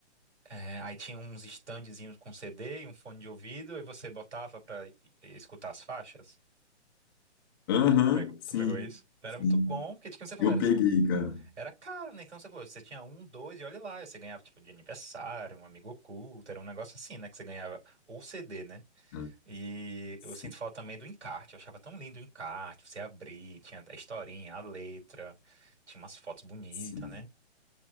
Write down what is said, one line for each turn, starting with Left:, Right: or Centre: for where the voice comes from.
Right: é, aí tinha uns standzinhos com CD e um fone de ouvido, e você botava pra e- escutar as faixas.
Left: Aham,
Right: Tu pegou,
Left: sim,
Right: tu pegou isso? Então, Era
Left: sim.
Right: muito bom, porque como você falou,
Left: Eu
Right: era,
Left: peguei, cara.
Right: era caro, né? Então você falou, você tinha um, dois, e olha lá, você ganhava tipo de aniversário, um amigo oculto, era um negócio assim, né? Que você ganhava, ou CD, né?
Left: Ah,
Right: E
Left: Sim,
Right: eu sinto falta também do encarte, eu achava tão lindo o encarte, você abrir, tinha a historinha, a letra, tinha umas fotos bonitas,
Left: sim.
Right: né?